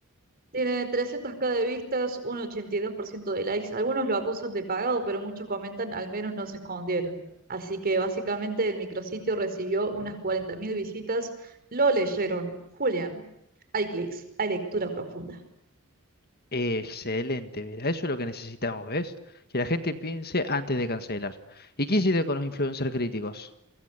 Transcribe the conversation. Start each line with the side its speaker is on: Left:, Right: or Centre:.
Right: Tiene 300k de vistas, un 82% de likes. Algunos lo acusan de pagado, pero muchos comentan al menos no se escondieron. Así que básicamente el micrositio recibió unas 40.000 visitas. Lo leyeron. Julián, hay clics, hay lectura profunda.
Left: Excelente, Vera. Eso es lo que necesitamos, ¿ves? Que la gente piense antes de cancelar. ¿Y qué hiciste con los influencers críticos?